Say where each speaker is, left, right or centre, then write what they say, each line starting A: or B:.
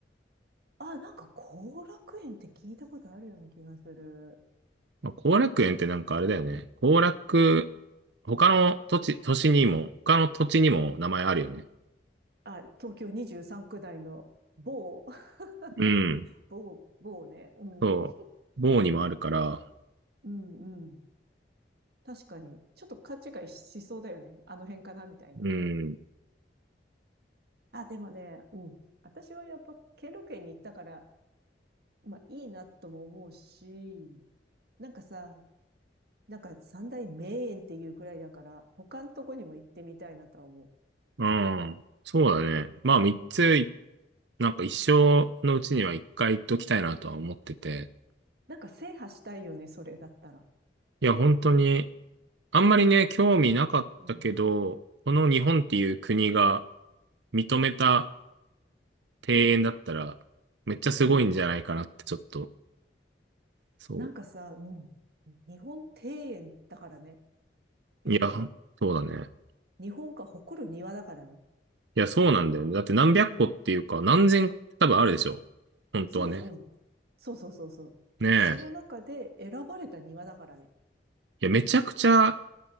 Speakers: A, on the right (about 60°); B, on the right (about 75°).
A: あ、なんか後楽園って聞いたことあるような気がする。
B: まあ、後楽園ってなんかあれだよね。後楽、他の土地、都市にも、他の土地にも名前あるよね。
A: あ、東京23区内の某、<laughs>
B: うん、
A: 某、某ね。うん。
B: そう。某にもあるから、
A: うん、うん。確かに。ちょっと勘違いしそうだよね。あの辺かなみたいな。
B: うん。
A: あ、でもね、うん。私はやっぱ、兼六園に行ったから、まあ、いいなとも思うし、なんかさ、なんか三大名園っていうくらいだから、他のとこにも行ってみたいなとは思う。
B: うん。そうだね。まあ、3つ、いなんか一生のうちには1回行っときたいなとは思ってて。
A: なんか制覇したいよね、それだったら。
B: いや、本当に、あんまりね、興味なかったけど、
A: うん。
B: この日本っていう国が認めた庭園だったら、めっちゃすごいんじゃないかなってちょっと、
A: うん。
B: そ
A: なんかさ、うん。日本庭園だからね、言っても。
B: う。いや、そうだね。
A: 日本が誇る庭だからね。
B: いや、そうなんだよね。だって何百個っていうか、何千個って多分あるでしょ。本当はね。
A: そう、うん。そうそうそうそう。
B: ねえ。
A: その中で選ばれた庭だからね。
B: いや、めちゃくちゃ